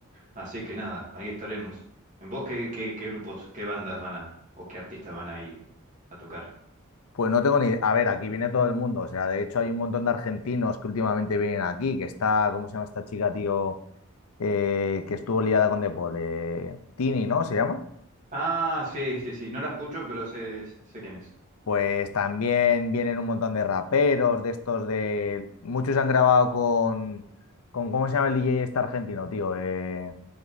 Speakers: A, on the right; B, on the left.
A: así que nada, ahí estaremos. ¿En vos qué, qué, qué grupos, qué bandas van a, o qué artistas van ahí a tocar?
B: Pues no tengo ni idea. A ver, aquí viene todo el mundo, o sea, de hecho hay un montón de argentinos que últimamente vienen aquí, que está, ¿cómo se llama esta chica, tío? Eh, que estuvo liada con De Paul, eh, Tini, ¿no? ¿Se llama?
A: Ah, sí, sí, sí, no la escucho, pero sé, sé quién es.
B: Pues también vienen un montón de raperos, de estos de... Muchos han grabado con... con ¿cómo se llama el DJ este argentino, tío? Eh,